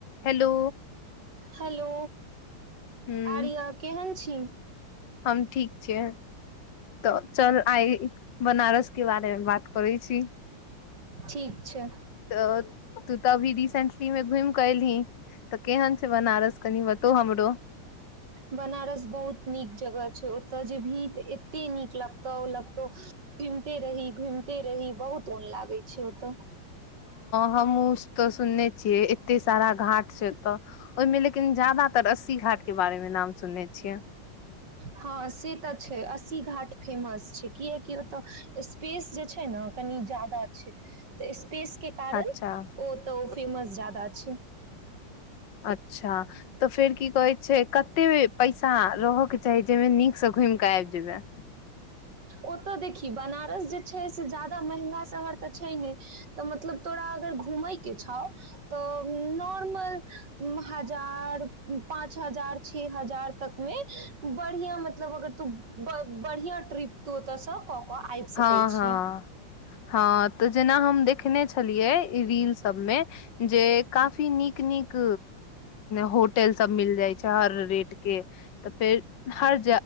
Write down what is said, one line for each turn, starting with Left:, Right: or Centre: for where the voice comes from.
Left: hello
Right: hello
Left: हूँ
Right: आर्या केहन छ <unintelligible>
Left: हम ठीक छिय तऽ चल आइ बनारसके बात बात करै छी
Right: ठीक छै
Left: तऽ तऽ अभी रिसेंटली मे घुमि केऽ एलही तऽ केहन छै बनारस कनि बतो हमरो
Right: बनारस बहुत नीक जगह छै ओत जेबही त एते नीक लगतौ लगतौ घुमिते रही घुमिते रही बहुत मोन लागै छै ओतऽ
Left: हमहु त सुनने छियै एते सारा घाट छै ओत्त ओहिमे लेकिन जादातर अस्सी घाट के बारेमे नाम सुनने छियै
Right: हँ से तऽ छै अस्सी घाट फेमस छै कियकि ओतऽ स्पेस जे छैय न कनि ज्यदा छै तऽ पेस के कारण
Left: अच्छा
Right: ओ तऽ ओ फेमस जादा छै
Left: अच्छा तऽ फेर की कहै छै कते पैसा रहके चाही जाहिमे नीकसँ घुमि कऽ आबि जेबै
Right: ओतऽ देखी बनारस जे छै से जादा महगा शहर तऽ छै नहि तऽ मतलब तोरा अगर घुमैके छ तऽ नॉर्मल हजार पाँच हजार छ हजार तक मे बढ़िया मतलब अगर तू बढ़िआ ट्रिप तू ओत स कक कऽ आबि सकैत
Left: हँ
Right: छी
Left: हँ हँ तऽ जेना हम देखने छलियै रील सब मे जे काफी नीक नीक होटल सब मिल जाइ छै हर रेट के तऽ फेर हर